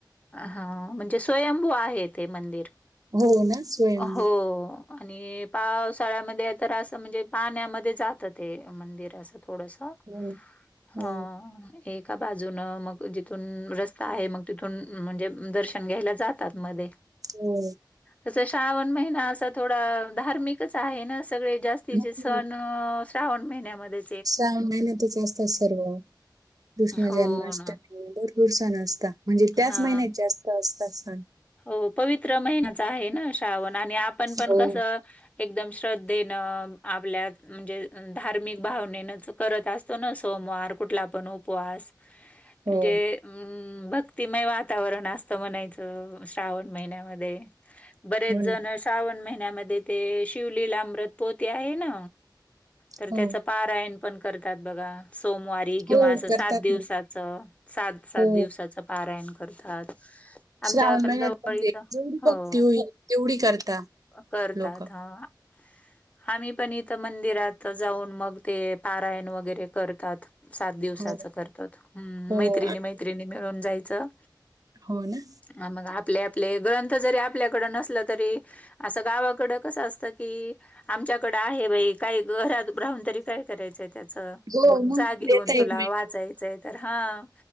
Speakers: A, on the left; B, on the right.
A: हा, म्हणजे स्वयंभू आहे ते मंदिर
B: हो ना स्वयंभू
A: हो. आणि पावसाळ्यामध्ये, तर असं म्हणजे पाण्यामध्ये जात ते. मंदिर असं थोडसं,
B: हो ना हो
A: हम्म. हे एका बाजूनं मग जिथून रस्ता आहे, मग तिथून म्हणजे दर्शन घ्यायला जातात मध्ये.
B: हो
A: कसं श्रावण महिना असा थोडा धार्मिकच आ हे ना सगळे जास्तीचे
B: हो
A: सण, श्रावण महिन्यामध्ये.
B: श्रावण महिन्यातच असतात सर्व. कृष्ण
A: हो
B: जन्माष्टमी,
A: ना.
B: भरपूर सण असता, म्हणजे त्याच
A: हा
B: महिन्याचे जास्त असता सण.
A: हो, पवित्र महिनाच आहे ना, श्रावण आणि आपण पण
B: हो
A: कसं एकदम श्रद्धेनं, आपल्यात म्हणजे धार्मिक भावनेनंच करत असतो ना, सोमवार कुठला पण उपवास.
B: हो
A: म्हणजे अम्म् भक्तिमय वातावरण असतं म्हणायचं. श्रावण महिन्यामध्ये बरेच
B: हो
A: जण
B: ना
A: श्रावण महिन्यामध्ये ते शिवलीलामृत पोथी आहे ना तर
B: हो
A: त्याचं, पारायण पण करतात बघा सोमवारी. एक किंवा
B: हो
A: असं
B: करतात
A: सात दिवसाचं,
B: ना
A: सात-सात
B: हो
A: दिवसाचं पारायण करतात. आमच्या
B: श्रावण
A: पण
B: महिन्यात
A: जवळ
B: म्हणजे
A: इथं
B: जेवढी भक्ती
A: हो
B: होईल तेवढी करता
A: करतात,
B: लोक
A: हा. आम्ही पण इथं मंदिरात जाऊन मग ते पारायण वगैरे करतात. सात
B: हो
A: दिवसाचं करतोत, हम्म.
B: हो
A: मैत्रिणी
B: आम्ही-
A: मैत्रिणी मिळून जायचं.
B: हो ना?
A: हा, मग आपले आपले ग्रंथ जरी आपल्याकडे नसलं तरी असं गावाकडं कसं असतं की, आमच्याकडं आहे बाई काही घरात राहून तरी काय करायचं त्यात.
B: हो
A: मग जा घेऊन
B: देता
A: तुला
B: एकमेकांना
A: वाचायचंय तर, हा.